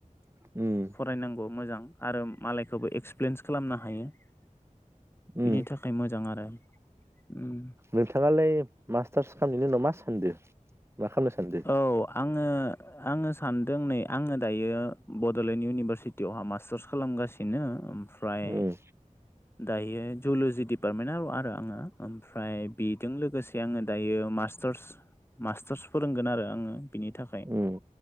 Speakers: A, on the right; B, on the left.
A: उम
B: फरायनांगौ मोजां आरो मालायखौबो एक्सपिरिेन्स खालामनो हायो बेनि
A: उम
B: थाखाय थाखाय मोजां आरो ओम
A: नोंथाङालाय मास्टार्स खालामनायनि उनाव मा सानदों मा खालामनो सानदों
B: औ आङो आङो सानदों नै आङो दायो बड'लेण्ड इउनिभारसिटियावहा मास्टार्स खालामगासिनो ओमफ्राय
A: उम
B: दायो जल'जि डपार्टमेन्टआ आरो आङो ओमफ्राय बेजों लोगोसे आङो दायो मास्टारस मास्टारस फोरोंगोन आरो आङो बिनि थाखाय
A: उम